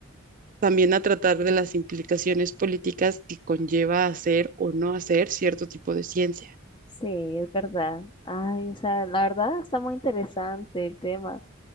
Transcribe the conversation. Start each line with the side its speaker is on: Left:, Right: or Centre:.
Right: también a tratar de las implicaciones políticas que conlleva hacer o no hacer cierto tipo de ciencia.
Left: Sí, es verdad. Ay, o sea, la verdad está muy interesante el tema.